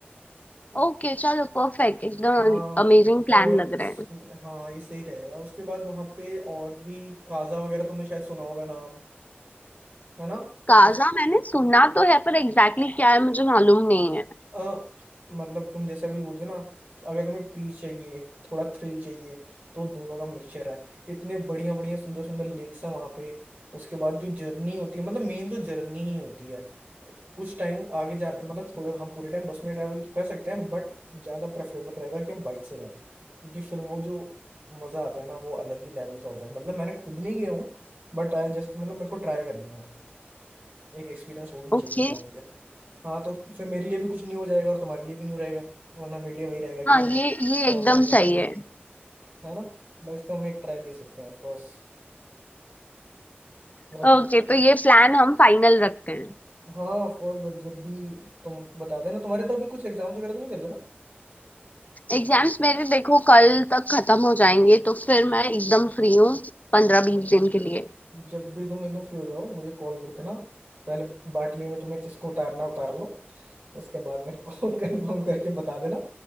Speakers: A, on the left (about 40°); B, on the right (about 50°).
A: ओके चलो परफेक्ट एकदम
B: हाँ
A: अमेजिंग प्लान
B: और
A: लग
B: इस
A: रहा है
B: हाँ ये सही रहेगा उसके बाद वहाँ पे और भी काजा वगैरह तुमने शायद सुना होगा नाम है ना
A: काजा
B: उस
A: मैंने सुना तो है पर एग्जैक्टली exactly क्या है मुझे मालूम नहीं है
B: अ, मतलब तुम जैसे अभी बोलते ना अगर तुम्हें पीस चाहिए थोड़ा थ्रिल चाहिए तो दोनों का मिक्सचर है इतने बढ़िया बढ़िया सुंदर सुंदर लेक्स हैं वहां पे उसके बाद जो जर्नी होती है मतलब मेन तो जर्नी ही होती है कुछ टाइम आगे जा मतलब थोड़े हम पूरे टाइम बस में ट्रैवल कर सकते हैं बट ज्यादा प्रेफरेबल रहेगा कि हम बाइक से जाएं क्योंकि फिर वो जो मजा आता है ना वो अलग ही लेवल का होता है मतलब मैंने खुद नहीं गया हूँ बट आई जस्ट मतलब मेरे को ट्राई करना है एक एक्सपीरियंस वो भी
A: ओके
B: चाहिए था हाँ तो फिर मेरे लिए भी कुछ नहीं हो जाएगा और तुम्हारे लिए भी नहीं हो रहेगा वरना मेरे लिए वही रहेगा कि
A: हाँ ये
B: हाँ
A: ये एकदम
B: ऑलरेडी जा
A: सही
B: रहा
A: है
B: है है ना मतलब इसको हम एक ट्राई दे सकते हैं ऑफकोर्स बट
A: ओके तो ये प्लान हम फाइनल रखते हैं
B: हाँ ऑफकोर्स बट जब भी तुम बता देना तुम्हारे तो अभी कुछ एग्जाम्स वगैरह तो नहीं चल रहे ना
A: एग्जाम्स मेरे देखो कल तक खत्म हो जाएंगे तो फिर मैं एकदम फ्री हूँ पंद्रह
B: हाँ
A: बीस दिन के लिए
B: जब भी तुम एकदम फ्री हो जाओ मुझे कॉल कर देना पहले बाटली में तुम्हें जिसको उतारना है, उतार लो उसके बाद मेरे को <laughs> कंफर्म करके बता देना